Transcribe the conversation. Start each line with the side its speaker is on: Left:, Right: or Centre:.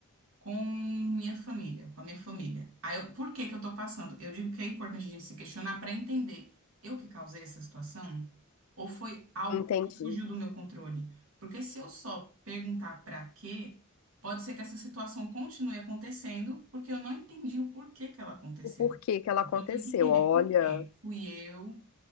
Right: com minha família, com a minha família. Aí, eu- por que que eu tô passando? Eu digo que é importante a gente se questionar para entender, eu que causei essa situação? Ou foi algo
Left: Entendi.
Right: que fugiu do meu controle? Porque se eu só perguntar para quê, pode ser que essa situação continue acontecendo, porque eu não entendi o porquê que ela aconteceu.
Left: O porquê que ela
Right: Então,
Left: aconteceu.
Right: Eu tenho que entender
Left: Olha,
Right: por quê. Fui eu,